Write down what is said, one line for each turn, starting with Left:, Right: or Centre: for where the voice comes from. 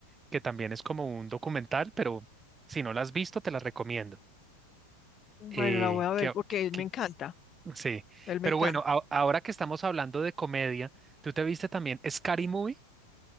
Right: Que también es como un documental, pero si no la has visto, te la recomiendo.
Left: Bueno,
Right: Eh,
Left: la voy a ver
Right: que,
Left: porque él
Right: que-
Left: me encanta.
Right: sí.
Left: Él
Right: Pero
Left: me encanta.
Right: bueno, a- ahora que estamos hablando de comedia, ¿tú te viste también Scary Movie?